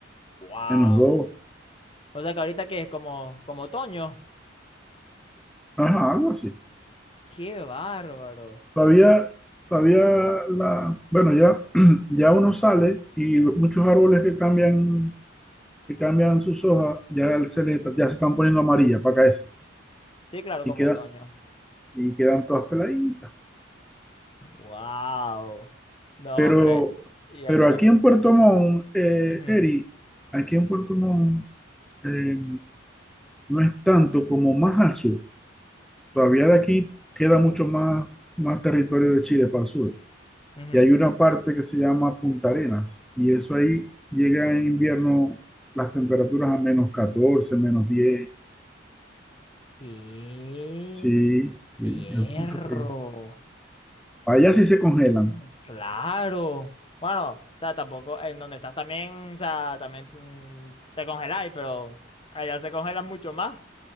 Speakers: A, on the left; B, in the centre.
A: Wow.
B: menos dos
A: O sea que ahorita que es como, como otoño.
B: ajá, algo así.
A: Qué bárbaro.
B: Todavía, todavía la, bueno, ya, <clears throat> ya uno sale y muchos árboles que cambian que cambian sus hojas, ya se, le- ya se están poniendo amarillas para caerse
A: Sí, claro,
B: y,
A: como
B: queda,
A: otoño.
B: y quedan todas peladitas.
A: Wow. No,
B: Pero,
A: hombre. Y aquí
B: pero
A: no
B: aquí
A: sé.
B: en Puerto Montt, eh,
A: Ujú,
B: Eri, aquí en Puerto Montt eh, no es tanto como más al sur. Todavía de aquí queda mucho más, más territorio de Chile para el sur.
A: ujú.
B: Y hay una parte que se llama Punta Arenas y eso ahí llega en invierno las temperaturas a menos catorce menos diez
A: ¡Qué
B: Sí, sí,
A: berro!
B: es mucho frío. Allá
A: Dios
B: sí se congelan.
A: mío, claro. Bueno, o sea, tampoco en donde estás también, o sea, también mm, te congeláis, pero allá se congelan mucho más.